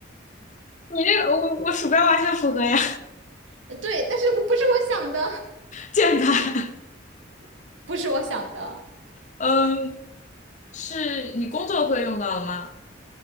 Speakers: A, on the left (about 40°); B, on the right (about 85°).
A: 你这个我我鼠标完全符合呀，
B: 呃对，但是我不是我想的，
A: <laughs> 键盘，
B: <laughs> 不是我想的。
A: 嗯，是你工作会用到的吗？